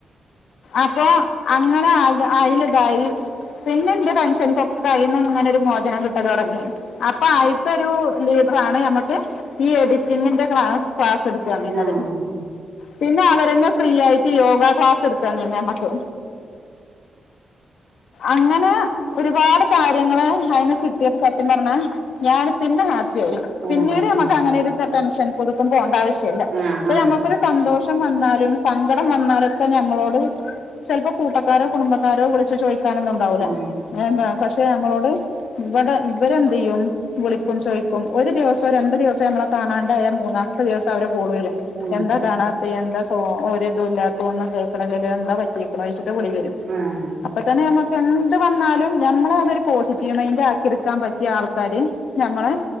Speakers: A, on the left; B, on the right.
A: അപ്പ അങ്ങനെ അത് അതിൽ ഇതായി പിന്നെ എന്റെ ടെൻഷൻൊക്കെയിന്ന് ഇങ്ങനെ ഒരു മോചനം കിട്ടും തുടങ്ങി അപ്പൊ അയിത്തരു ലീഡറാണ് നമക്ക് ഈ എ ിന്റെ ക് ക്ലാസ് എടുത്തു അങ്ങിുന്നത്
B: ആഹ് ആഹ്
A: പിന്നെ അവരെന്നെ ഫ്രീ ആയിട്ട് യോഗ ക്ലാസ് എടുത്താന്ന നമക്ക് അങ്ങനെ ഒരുപാട് കാര്യങ്ങള് അയിന്ന് കിട്ടിയപ്പോ സത്യം പറഞ്ഞ ഞാൻ പിന്നെ ശ പിന്നീട്
B: ആഹ്
A: നമുക്ക്
B: ഉം
A: അങ്ങനെ ഒരുരു ടെൻഷൻ പുതുക്കുമ്പോണ്ട ആവശ്യം ല്ല
B: ആഹ്
A: അപ്പ
B: ആഹ്
A: നമുക്കൊരു സന്തോഷം വന്നാലും ഇടം വന്നാരൊക്കെ ഞങ്ങളോട് ചപ്പോ കൂട്ട ക്കാരോ കുടുംബക്കാരോ വിളിച്ചിട്ട് ചോദിക്കാനൊന്നും ഉണ്ടാവില്ല
B: ആഹ്
A: പക്ഷെ നമ്മളോട് ഇവിടെ ഇവരെന്ത് ചെയ്യും വിളിക്കും ചോദിക്കും ഒരു ദിവസോ രണ്ടു ദിവസോ നമ്മള കാണാണ്ട മൂന്നാമത്തെ ദിവസം അവരെ കോള വരും
B: ആഹ്
A: എന്താ കാണാത്ത എന്താ സ ഒരിതും ഇല്ലാത്ത ഒന്നും കേൾക്കണ എന്താ പറ്റക്കണംഴിച്ചിട്ട് വിളി വരും
B: ആഹ് ആഹ്
A: അപ്പൊ തന്നെ നമ്മക്ക് എന്ത് വന്നാലും ഞമ്മള അതൊരു പോസിറ്റീവ് മൈന്ഡ് ആക്കിെടുക്കാൻ പറ്റിയ ആൾക്കാര് ഞമ്മള്െ